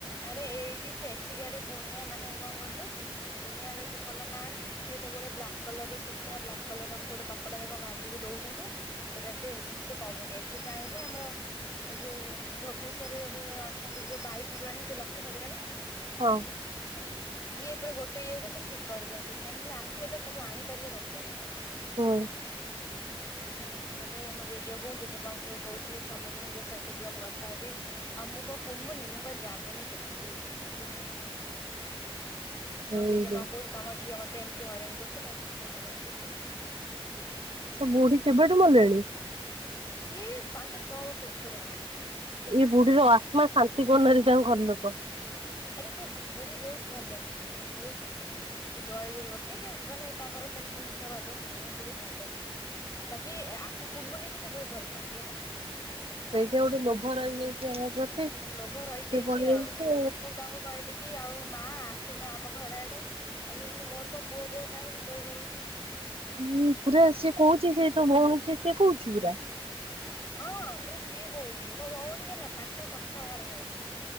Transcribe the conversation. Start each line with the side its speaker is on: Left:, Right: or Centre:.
Left: ଆରେ ଏଇଠି ସେଠିକାରେ ଗୁଣିଆ ମାନେ କଣ କହିଲୁ ଗୁଣିଆ ସିଏ ଭଲ ନାହାନ୍ତି ସିଏ ସବୁବେଳେ ବ୍ଲାକ୍ କଲର ର ସୂତା ବ୍ଲାକ୍ କଲର ର ଗୋଉଟେ କପଡାଟ ବାନ୍ଧିକି ଦଉଛନ୍ତି। ସେଟା ସି ଠିକ ସେ କମୁନି ଏଠିକି ଆଣିଲେ ଆମର ଏଇ ଯୋଉ ଭୁବନେଶ୍ୱରରେ ଗୋଟେ ଅଛନ୍ତି ଯୋଉ ବାଇ ଠାକୁରାଣୀ ଯୋଉ ଲକ୍ଷ୍ମୀ ଠାକୁରାଣୀ
Right: ହଁ।
Left: ହେଲା ସିଏ ପୁରା ଗୋଟେ ଇଏ କ ସିଏ ଠିକ୍ କରିଦିଅନ୍ତି ମେନ୍ କଲେ ଆସିବା ତାର ତାକୁ ଆଣିପାରିବା ଦରକାର।
Right: ହୁଁ
Left: ହେଲା ତାପରେ ମୋ ଜେଜେକୁ ଜେଜେମାଙ୍କୁ ସବୁ କହୁଛି ସମୁଦୁଣି ସହିତ ଟିକେ ମୁଁ କଥା ହେବି ଆଉ ମୁଁ କଣ କୁନମୁନି ମୁଁ ବା ଜାମିନି ସେଠି କହୁଛି ମୁଁ କୁନମୁନି ନୁହଁ।
Right: ହେଇଲୋ।
Left: ମୋ ଜେଜେ ମା କୁ କହୁଛି ତମ ଝିଅ ମତେ ଏମତି ହଇରାଣ କରୁଥିଲା ସେମିତି ହଇରାଣ କରୁଥିଲା
Right: ସେ ବୁଢୀ କେବେଠୁ ମଲେଣି?
Left: ସିଏ ପାଞ୍ଚ ଛଅ ବର୍ଷ ଉପରେ ହବ।
Right: ଏଇ ବୁଢୀର
Left: ଭଲେଣି
Right: ଆତ୍ମା ଶାନ୍ତି <unintelligible> ଗନରେ ଯା ଘର ଲୋକ
Left: ଆରେ ସେ ବୁଢୀ ବହୁତ ଭଲ ବୁଢୀ ବହୁତ ଭଲ ସେ ଜୟଗୁରୁ ଭକ୍ତି ସେ ମାନେ ତାଙ୍କର ସେମିତି ହିଂସାବାଦ ସେ ନାହିଁ ବହୁତ ଭଲ ସେ। ବାକି ଆକୁ କୁନମୁନି ସେ ବହୁତ ଭଲ ପାଆନ୍ତି ହେଲା।
Right: ସେଠି ଗୋଟେ ଲୋଭ ରହିଯାଇଛି। ପ୍ରତି
Left: ଲୋଭ ରହିଯାଇଛି
Right: ସେ ପଳେଇଆଇଛି
Left: ଆଉ ମୁଁ ତାଙ୍କୁ କହିଲି କି ଆଉ ମା ଆସ ସୁନା ଆମ ଘର ଆଡେ ମତେମିତି ମୋର କଣ ପୁଅ ବୋଉ ନାହିଁ ମୁଁ ତୋ ଘରକୁ ଯିବି।
Right: ହଁ ପୁରା ସେ କହୁଛି ସେ ତ ଭଉଣୀ ସେ କହୁଛୁ ପୁରା।
Left: ହଁ ପୁରା ସିଏ କହୁଛି ମୋ ଭଉଣୀ ହେଲା ପାଟିରୁ କଥା ବାହାର କରେ ନା।